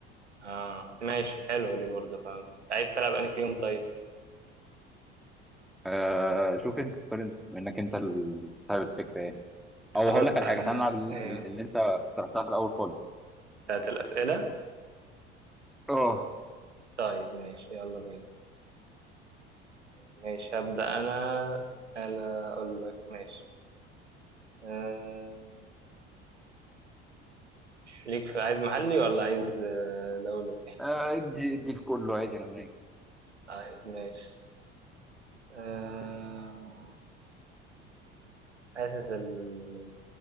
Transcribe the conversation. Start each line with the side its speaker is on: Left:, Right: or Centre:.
Right: اه ماشي حلوة دي برضه فاهم عايز تلعب انهي فيهم طيب
Centre: آه شوف انت اختار انت منك انت ال- صاحب الفكره يعني
Right: خلاص
Centre: او هقول لك
Right: تع-
Centre: على حاجه تعالى نلعب ال-
Right: ايه
Centre: ال- اللي انت اقترحتها في الاول خالص
Right: بتاعت الأسئلة
Centre: اه
Right: طيب ماشي يلا بينا ماشي هبدأ أنا أنا أقول لك ماشي آه... ليك في عايز محلي ولا عايز آه، دولي
Centre: آه، ادي ادي في كله عادي انا معاك
Right: طيب ماشي آه... حاسس ال-